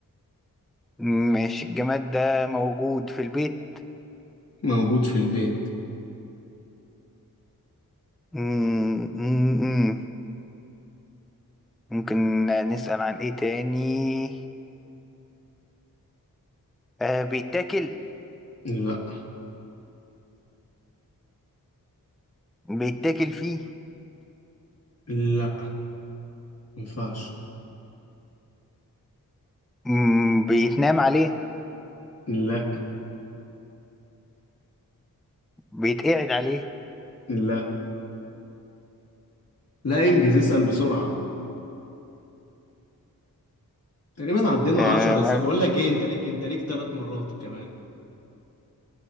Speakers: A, in the centre; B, on the left (about 45°).
A: ماشي الجماد ده موجود في البيت
B: موجود في البيت
A: مم، مم، مم. ممكن نسأل عن ايه تاني آه بيتاكل
B: لا
A: بيتاكل فيه
B: لا مينفعش
A: مم، بيتنام عليه
B: لا
A: بيتقعد عليه
B: لا لا انجز اسأل بسرعة تقريبا عدينا
A: آه
B: على 10
A: ما-
B: اسئلة بقول لك ايه انت ليك انت ليك ثلاث مرات كمان